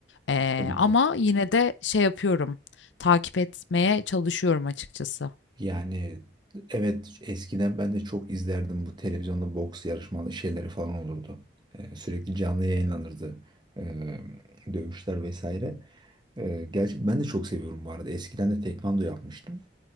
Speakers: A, on the left; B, on the right.
A: eee,
B: Tabii
A: ama
B: ki.
A: yine de şey yapıyorum, takip etmeye çalışıyorum açıkçası.
B: Yani evet eskiden ben de çok izlerdim bu televizyonda boks yarışmalı şeyleri falan olurdu. Ee, sürekli canlı yayınlanırdı. Ee, dövüşler vesaire. Ee, gerçi ben de çok seviyorum bu arada. Eskiden de tekvando yapmıştım.